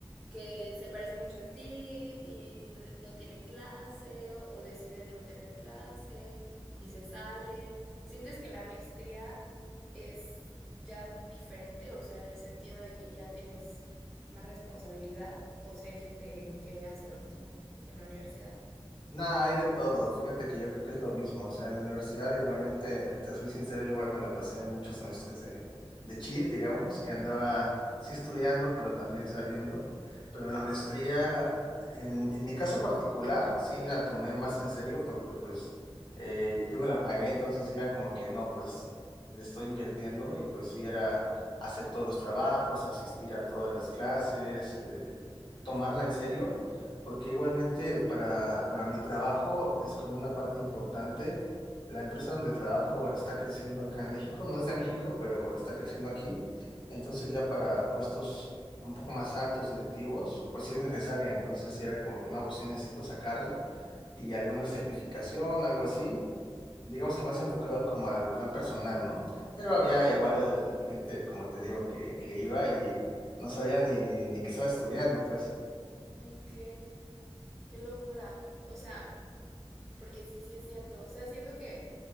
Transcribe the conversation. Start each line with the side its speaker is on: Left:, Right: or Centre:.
Centre: que se parece mucho a ti y de- no tienen clase o, o deciden no tener clase y se salen. ¿Sientes que la maestría es ya diferente, o sea, en el sentido de que ya tienes más responsabilidad, o sea hay gente que hace lo mismo que en la universidad.
Left: Nada, hay de todo. Fíjate que yo creo que es lo mismo. O sea, en la universidad igualmente, te soy sincero, yo igual me la pasé muchos semestres de, de chill, digamos, que andaba sí estudiando, pero también saliendo. Pero la maestría, en, en mi caso particular, sí la tomé más en serio porque pues eh, yo me la pagué, entonces era como que no, pues le estoy invirtiendo y pues sí era hacer todos los trabajos, asistir a todas las clases, eh, tomarla en serio. Porque igualmente para, para mi trabajo es como una parte importante. La empresa donde trabajo está creciendo acá en México, no es de México, pero está creciendo aquí. Entonces ya para puestos un poco más altos, directivos, pues sí es necesaria. Entonces sí era como que no, pues sí necesito sacarla y alguna certificación, algo así. Digamos que más enfocado como al plan personal, ¿no? Pero había igual gente, como te digo, que, que iba y no sabía ni, ni qué estaba estudiando, pues.
Centre: Ok, qué locura. O sea, porque sí, sí es cierto. O sea, siento que